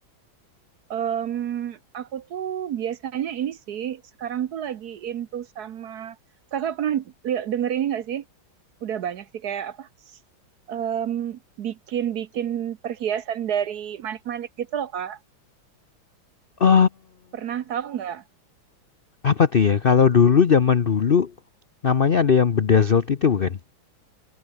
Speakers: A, on the right; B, on the left.
A: Em, aku tuh biasanya ini sih sekarang tuh lagi into sama kakak pernah lihat denger ini nggak sih? Udah banyak sih kayak apa? em, bikin bikin perhiasan dari manik-manik gitu loh kak.
B: Eh,
A: Pernah tahu nggak?
B: apa tuh ya? Kalau dulu zaman dulu namanya ada yang bedazzled itu bukan?